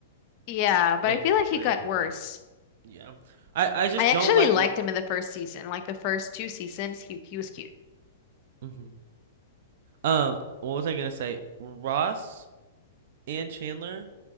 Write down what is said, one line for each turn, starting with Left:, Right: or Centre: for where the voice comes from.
Left: Yeah, but
Right: like
Left: I feel like
Right: way
Left: he got
Right: different.
Left: worse.
Right: Yeah, I I just
Left: I actually
Right: don't like
Left: liked him in the first season, like the first two seasons, he he was cute.
Right: hmm Um, what was I gonna say? Ross and Chandler